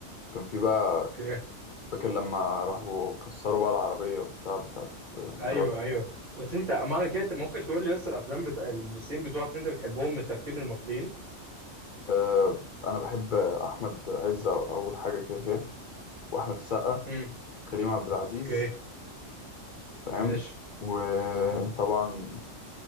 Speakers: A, on the left; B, on the right.
A: كان في بقى
B: اوكي
A: فاكر لما راحوا كسروا بقى العربيه وبتاع بتاعت آه،
B: ايوه
A: مرات
B: ايوه بس انت معنى كده انت ممكن تقول لي لسه الافلام بتاع الممثلين بتوعك اللي انت بتحبهم من ترتيب المصريين
A: آه، انا بحب احمد عز أو- اول حاجه كده كده واحمد السقا
B: امم
A: كريم عبد العزيز
B: اوكي
A: فاهم
B: ماشي
A: وطبعا